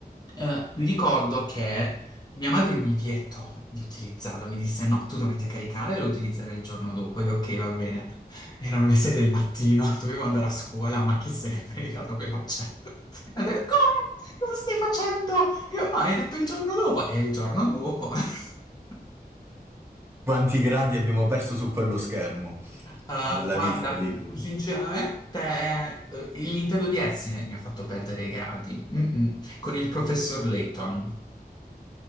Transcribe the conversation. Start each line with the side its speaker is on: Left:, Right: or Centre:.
Left: eh, mi ricordo che mia madre mi vietò di utilizzarlo, mi disse no, tu lo metti a caricare e lo utilizzerai il giorno dopo. Io ok, va bene. Erano le 6 del mattino, <laughs> dovevo andare a scuola, ma chi se ne frega, dovevo accendere. E ho detto, come? Cosa stai facendo? Io no, hai detto il giorno dopo. E il giorno dopo. <laughs>
Right: Quanti gradi abbiamo perso su quello schermo
Left: Eh,
Right: della
Left: guarda,
Right: vista, dico.
Left: sinceramente, eh, il Nintendo DS mi ha fatto perdere i gradi. Mm-mm. Con il professor Layton.